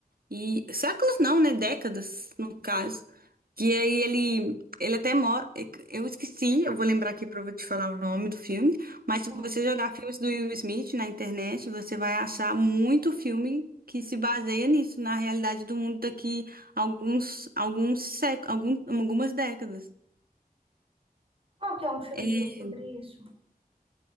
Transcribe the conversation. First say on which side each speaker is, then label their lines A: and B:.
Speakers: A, on the right; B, on the right.
A: E séculos não, né? Décadas, no caso. Que aí ele, ele até mora. Eu esqueci, eu vou lembrar aqui pra eu te falar o nome do filme. Mas se
B: Hum.
A: você jogar filmes do Will Smith na internet, você vai achar muito filme que se baseia nisso, na realidade do mundo daqui alguns, alguns séculos, algumas décadas.
B: Qual que é um filme
A: É,
B: dele sobre isso?